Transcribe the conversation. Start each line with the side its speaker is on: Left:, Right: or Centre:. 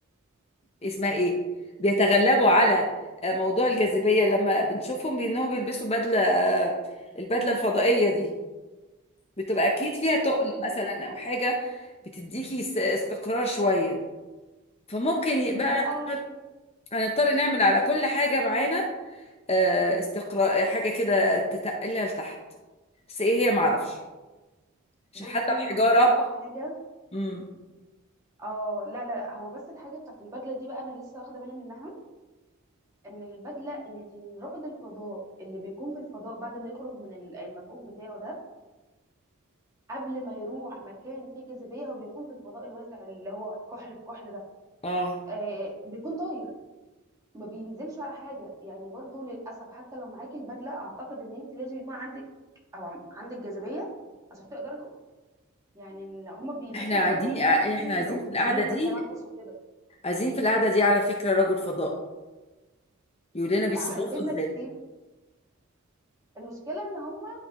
Left: اسمها ايه بيتغلبوا على موضوع الجاذبيه لما بنشوفهم بانهم بيلبسوا بدله البدله الفضائيه دي بتبقى اكيد فيها تقل
Right: آه...
Left: مثلا او حاجه بتديكي است- استقرار شويه فممكن يبقى
Right: دي
Left: هنضطر
Right: بقى
Left: هنضطر نعمل على كل حاجه معانا آه، استقرار حاجه كده تتقلها لتحت بس ايه هي معرفش عشان
Right: بصي
Left: حتى الحجاره
Right: ما هو في بقى حاجه
Left: امم
Right: اه لا لا لا هو بس الحاجه بتاعت البدله دي بقى انا لسه واخده بالي منها ان البدله انت رائد الفضاء اللي بيكون في الفضاء بعد ما يخرج من ال- المكوك بتاعه ده قبل ما يروح مكان فيه جاذبيه هو بيكون في الفضاء الواسع اللي هو كحل بكحل
Left: اه
Right: آه بيكون طاير ما بينزلش على حاجه يعني برضو للاسف حتى لو معاكي البدله اعتقد ان انت لازم يكون عندك او عم- عندك جاذبيه عشان تقدري تقف. يعني ان هما بيلبسوا
Left: احنا قاعدين
Right: البدله ممكن
Left: احنا
Right: عشان الاكسجين
Left: عايزين في القعده دي
Right: والتنفس وكده
Left: عايزين في القعده دي على فكره رجل فضاء يقول لنا بيتصرفوا
Right: آه، هيفيدنا
Left: ازاي
Right: كتير المشكله ان هما